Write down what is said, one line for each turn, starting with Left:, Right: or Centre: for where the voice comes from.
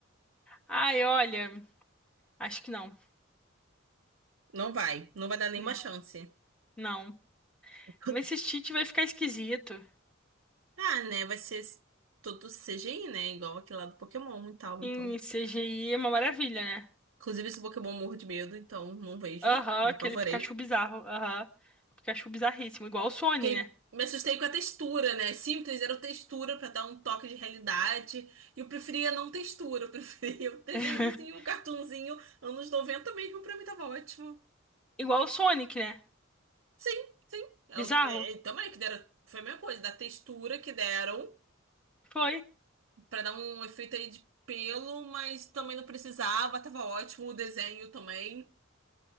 Centre: Ai, olha, acho que não.
Right: Não vai, não vai dar nenhuma
Centre: Não,
Right: chance.
Centre: não.
Right: <laughs>
Centre: Esse cheat vai ficar esquisito.
Right: Ah, né? Vai ser tudo CGI, né? Igual aquele lá do Pokémon e tal,
Centre: Em
Right: então.
Centre: CGI é uma maravilha, né?
Right: Inclusive, esse Pokémon eu morro de medo, então não vejo,
Centre: Aham,
Right: me
Centre: aquele
Right: apavorei.
Centre: Pikachu bizarro. Aham. Pikachu bizarríssimo, igual o Sony,
Right: Fiquei,
Centre: né?
Right: me assustei com a textura, né? É Simples era o textura pra dar um toque de realidade. E eu preferia não textura, eu preferia um desenhozinho,
Centre: <laughs>
Right: um cartunzinho, anos 90 mesmo, pra mim tava ótimo.
Centre: Igual o Sonic, né?
Right: Sim, sim. Eu,
Centre: Bizarro?
Right: é, é, também que deram, foi a mesma coisa, da textura que deram
Centre: Foi.
Right: pra dar um efeito aí de pelo, mas também não precisava, tava ótimo o desenho também.